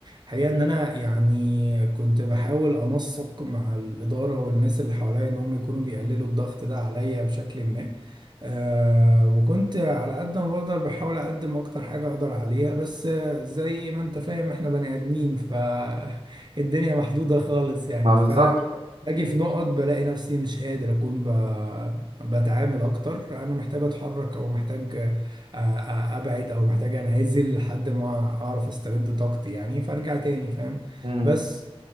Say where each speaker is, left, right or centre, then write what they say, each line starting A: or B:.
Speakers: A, on the right; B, on the right.
A: حقيقة ان انا يعني كنت بحاول انسق مع الادارة والناس اللي حواليا ان هم يكونوا بيقللوا الضغط ده عليا بشكل ما آه وكنت على قد ما بقدر بحاول اقدم اكتر حاجة اقدر عليها بس آه، زي ما انت فاهم احنا بني ادمين فالدنيا <laughs> محدودة خالص يعني
B: ما بالظبط
A: ف باجي في نقط بلاقي نفسي مش قادر اكون بتعامل اكتر انا محتاج اتحرك او محتاج آه، آه، ابعد او محتاج انعزل لحد ما اعرف استرد طاقتي يعني فارجع تاني فاهم
B: مم.
A: بس